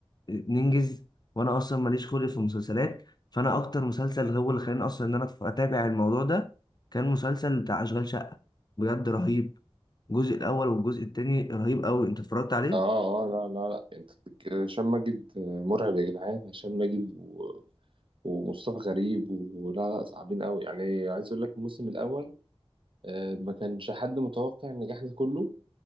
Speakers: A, on the left; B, on the right.
A: ننجز وانا اصلا ماليش خلق في المسلسلات فانا اكتر مسلسل هو اللي خلاني اصلا ان انا اتابع الموضوع ده كان مسلسل بتاع اشغال شقه بجد رهيب الجزء الاول والجزء التاني رهيب قوي انت اتفرجت عليه
B: اه اه لا لا لا انت بتك- هشام ماجد مرعب يا جدعان هشام ماجد و... ومصطفى غريب ولا لا صعبين قوي يعني عايز اقول لك الموسم الاول آه، ما كانش حد متوقع النجاح ده كله